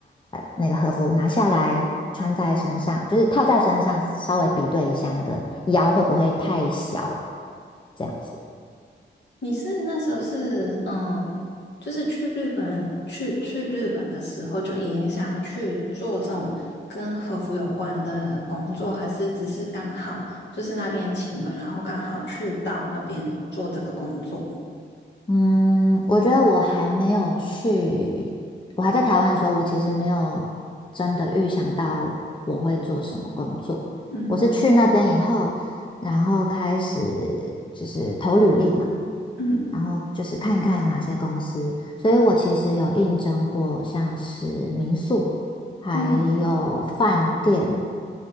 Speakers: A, on the left (about 25°); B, on the left (about 65°).
A: 那个和服拿下来穿在身上，就是套在身上，稍微比对一下那个腰会不会太小，这样子。
B: 你是那时候是嗯，就是去日本人去去日本的时候就已经想要去做这种跟和服有关的工作，还是只是刚好就是那边请人，然后刚好去到那边做这个工作？
A: 嗯，我觉得我还没有去，我还在台湾的时候，我其实没有真的预想到我会做什么工作。
B: 嗯
A: 我是去那边以后，然后开始就是投履历嘛。
B: 嗯
A: 然后就是看一看有哪些公司。所以我其实有应征过，像是民宿，还有饭店，
B: 哦